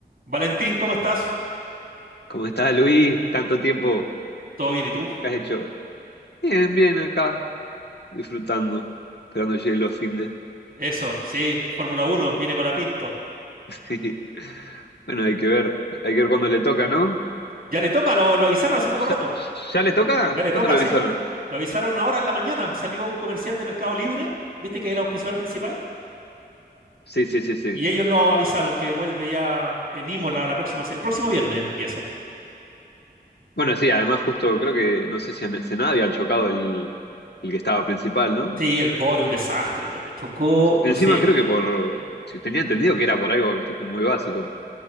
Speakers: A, on the right; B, on the left.
A: Valentín, ¿cómo estás?
B: ¿Cómo estás, Luis? Tanto tiempo
A: ¿Todo bien y tú?
B: que has hecho. Bien, bien acá, disfrutando, esperando llegue los findes.
A: Eso, sí, Fórmula Uno, viene con la Pinto.
B: <laughs> Sí. Bueno, hay que ver, hay que ver cuándo le toca, ¿no?
A: Ya le toca, lo, lo avisaron hace poco rato.
B: ¿Ya, ya le toca?
A: Ya le toca,
B: ¿Cuándo lo avisaron?
A: sí. Lo avisaron ahora en la mañana. Salió un comercial de Mercado Libre, viste que es el auspiciador principal.
B: Sí, sí, sí, sí.
A: Y ellos lo avisaron que vuelve ya en Imola la próxima, se- el próximo viernes empieza.
B: Bueno, sí, además justo creo que no sé si a Senada había chocado el, el que estaba principal, ¿no?
A: Sí, el pobre, un desastre, loco. Chocó,
B: Encima
A: no sé,
B: creo que por, si tenía entendido que era por algo tipo muy básico.